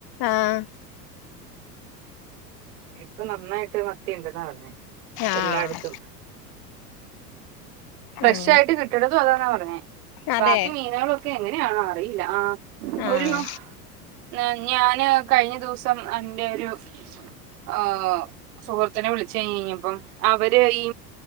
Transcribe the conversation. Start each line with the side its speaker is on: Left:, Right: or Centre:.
Left: ആഹ്
Right: ഇപ്പൊ നന്നായിട്ട് മത്തിയുണ്ടെന്നാ പറഞ്ഞേ.
Left: ആഹ്
Right: എല്ലായിടത്തും ഫ്രഷ്
Left: അങ്ങനെ
Right: ആയിട്ട് കിട്ടണതും അതാണെന്ന് പറഞ്ഞേ.
Left: അതെ
Right: ബാക്കി മീനുകളൊക്കെ എങ്ങനെയാണോ അറിയില്ല ആഹ്
Left: ആഹ്
Right: ഒരു. ന്ന് ഞാന് കഴിഞ്ഞ ദിവസം അന്റെ ഒരു. ഓഹ് സുഹൃത്തിനെ വിളിച്ചു കഴി കഴിഞ്ഞപ്പോൾ അവര് ഈ.